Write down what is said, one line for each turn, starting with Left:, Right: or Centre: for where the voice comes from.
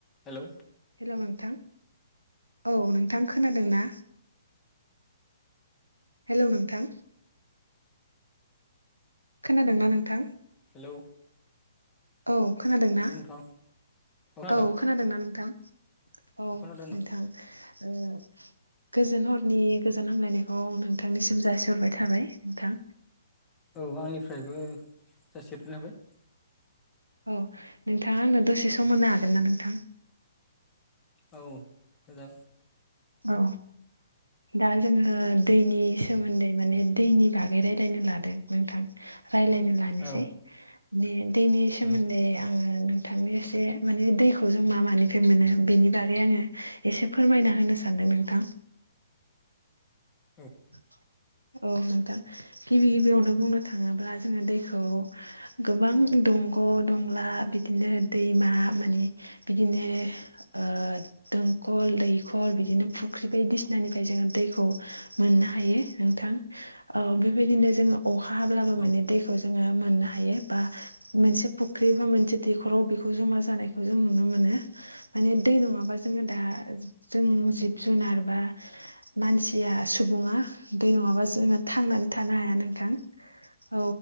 Left: Hello
Right: hello नोंथां औ नोंथां खोनादों ना हेलौ नोंथां खोनादोंना नोंथां
Left: हेलौ
Right: औ खोनादों ना
Left: हेलौ नोंथां अ खोनादों
Right: औ
Left: अ
Right: खोनादोंना नोंथां औ
Left: खोनादों नों
Right: नोंथां ओ गोजोन हरनि गोजोन हामलायनायखौ नोंथांनिसिम जासिहरबाय थाबाय नोंथां
Left: औ आंनिफ्रायबो जासिहरग्रोनाय बाय
Right: औ नोंथाङा आंनो दसे सम होनो हागोन ना नोंथां
Left: औ होजा
Right: औ दा जोङो दैनि सोमोन्दै माने दैनि बागै रायलायनो लादों नोंथां रायलायनो लानोसै
Left: औ
Right: बे दैनि सोमोन्दै
Left: औ
Right: आङो नोंथांनो एसे माने दैखौ जों मा मानिफ्राय मोनो बेनि बागै आङो एसे फो फोरमायना होनो सानदों नोंथां
Left: औ
Right: <inaudible> औ नोंथां गिबि गिबियावनो बुंनो थाङोब्ला जोङो दैखौ गोबां दं ग' दंला बिदिनो दैमा माने बिदिनो ओ दो खल दैखर बिदिनो फुख्रि बायदिसिनानिफ्राय जोङो दैखौ मोननो हायो नोंथां ओ बेबायदिनो जोङो अखा हाब्लाबो माने
Left: औ
Right: दैखौ जोङो मोननो हायो बा मोनसे फुख्रि बा मोनसे दैखराव बेखौ जमा जानायखौ जों नुनो मोनो माने दै नङाबा जोङो दा जों जिब जुनार बा मानसिया सुबुङा दै नङाबा जोङो थांनानै थानो हाया नोंथां औ